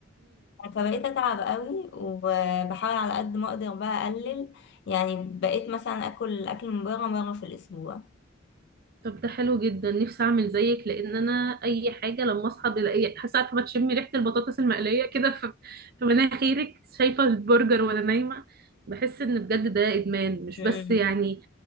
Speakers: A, on the left (about 60°); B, on the right (about 50°).
A: فبقيت اتعب قوي وبحاول على قد ما اقدر بقى اقلل يعني بقيت مثلا اكل اكل من بره مره في الاسبوع
B: طب ده حلو جدا نفسي اعمل زيك لان انا اي حاجه لما اصحى بلاقي حاسه عارفه بتشمي ريحه البطاطس المقليه كده في في مناخيرك شايفه البرجر وانا نايمه بحس ان بجد ده ادمان مش
A: مم.
B: بس يعني